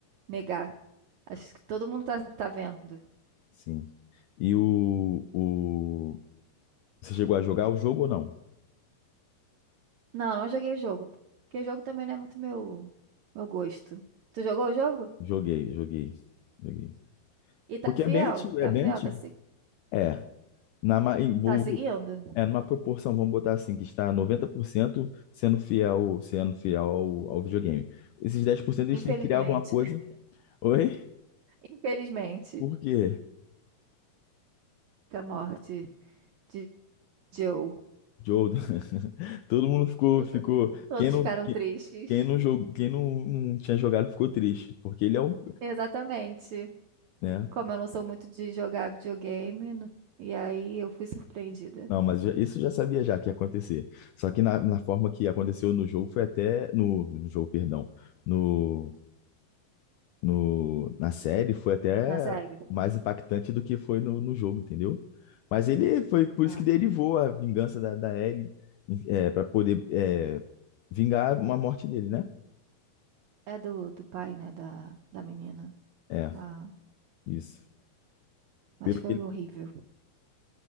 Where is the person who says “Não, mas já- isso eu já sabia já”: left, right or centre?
Left